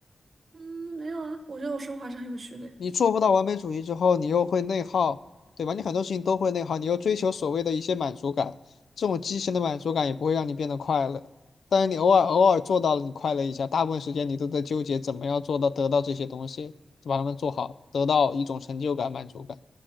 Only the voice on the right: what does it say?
嗯，没有啊，我觉得我生活还是很有序的。呀。